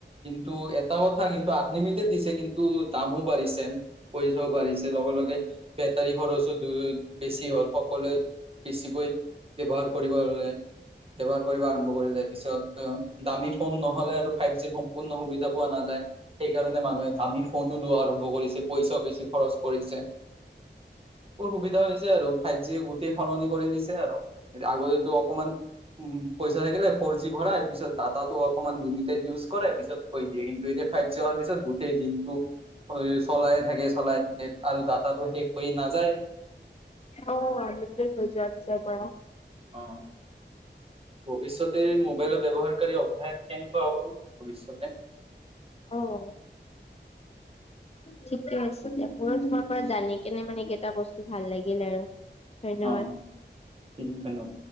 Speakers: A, on the right (about 30°); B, on the left (about 35°).
A: কিন্তু এটা কথা কিন্তু আনলিমিটেড দিছে কিন্তু দামো বাঢ়িছে। পইচাও বাঢ়িছে লগে-লগে। বেটাৰী খৰচো দু বেছি হ'ল। সকলোৱে বেছিকৈ ব্যৱহাৰ কৰিব ল'লে। ব্যৱহাৰ কৰিব আৰম্ভ কৰিলে। পিছত দামী ফোন নহলে আৰু ফাইভ জি সম্পূৰ্ণ সুবিধা পোৱা নাযায়। সেইকাৰণে মানুহে দামী ফোনো লোৱা আৰম্ভ কৰিছে, পইচাও বেছি খৰচ কৰিছে! <unintelligible> সুবিধা হৈ যায় আৰু ফাইভ জি <unintelligible> সলনি কৰি দিছে আৰু আগতেটো অকমান উ, পইচা থাকিলে ফৰ জি ভৰাই, পিছত ডাটো অকমান লিমিটেড ইউজ কৰে! পিছত দিয়ে, কিন্তু এই যে ফাইভ জি হোৱাৰ পিছত গোটেই দিনটো চলায়ে থাকে, চলাই থাকে আৰু ডাটাতো শেষ হৈ নাযায়!
B: <unintelligible>
A: অ'! ভৱিষ্যতে মোবাইলৰ ব্যৱহাৰকাৰী অভ্যাস কেনেকুৱা হ'ব নো ভৱিষ্যতে
B: অঁ! ঠিকে আছে দিয়া! মোৰো তোমাৰ পৰা জানি কেনে মানে এইকেইটা বস্তু ভাল লাগিল আৰু! ধন্যবাদ!
A: অ ঠিক ধন্যবাদ